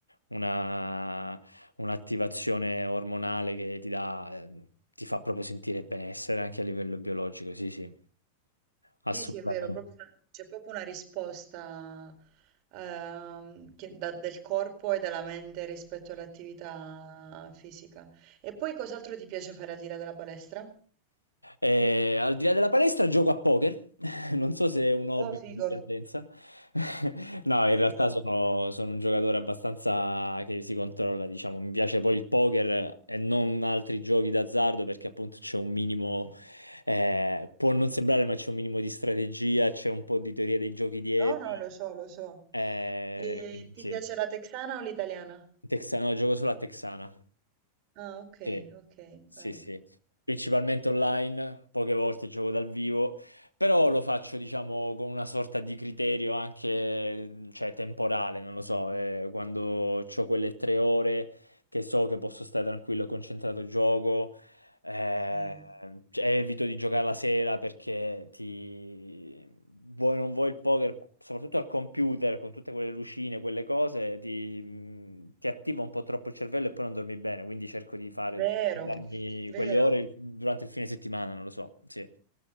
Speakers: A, on the left; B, on the right.
A: una, un'attivazione ormonale che ti dà, eh, ti fa proprio sentire benessere anche a livello biologico, sì, sì, assolutamente.
B: sì, sì, è vero, proprio una- c'è proprio una risposta ehm, che- da- del corpo e della mente rispetto all'attività fisica. E poi cos'altro ti piace fare al di là della palestra?
A: Eh, al di là della palestra gioco a poker, <laughs> non so se è un hobby
B: Oh,
A: o
B: figo,
A: una dipendenza. <laughs> No, in
B: figo.
A: realtà sono, sono un giocatore abbastanza che si controlla, diciamo. Mi piace poi il poker e non altri giochi d'azzardo perché appunto c'è un minimo, eh, può non sembrare, ma c'è un minimo di strategia, c'è un po' di teoria dei giochi dietro.
B: No, no, lo so, lo so.
A: Eh,
B: E
A: quindi
B: ti
A: sì.
B: piace la texana o l'italiana?
A: Texano, gioco solo a Texana.
B: Ah, ok,
A: Sì,
B: ok,
A: sì,
B: bello.
A: sì. Principalmente online, poche volte gioco dal vivo, però lo faccio, diciamo, con una sorta di criterio anche, cioè, temporale, non lo so, eh, quando ho quelle tre ore che so che posso stare tranquillo e concentrato, gioco, eh,
B: Sì.
A: cioè, evito di giocare la sera perché ti... vuoi non vuoi il poker, soprattutto al computer, con tutte quelle lucine, quelle cose, ti, mh, ti attiva un po' troppo il cervello e poi non dormi bene, quindi cerco di fare
B: Vero,
A: di darmi
B: vero.
A: quelle ore durante il fine settimana, non lo so, sì.